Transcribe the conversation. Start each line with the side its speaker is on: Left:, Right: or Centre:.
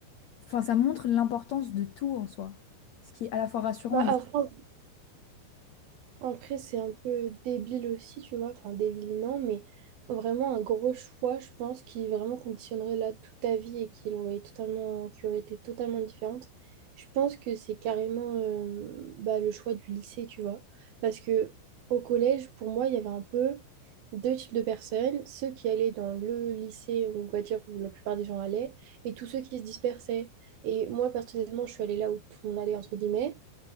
Left: Enfin, ça montre l'importance de tout en soi. Ce qui est à la fois rassurant
Right: Bah, après, après, c'est un peu débile aussi, tu vois. Enfin, débile, non, mais vraiment un gros choix, je pense, qui vraiment conditionnerait là toute ta vie et qui aurait totalement, qui aurait été totalement différente. Je pense que c'est carrément euh, bah, le choix du lycée, tu vois. Parce que au collège, pour moi, il y avait un peu deux types de personnes, ceux qui allaient dans le lycée, on va dire, où la plupart des gens allaient, et tous ceux qui se dispersaient. Et moi, personnellement, je suis allée là où tout le monde allait, entre guillemets.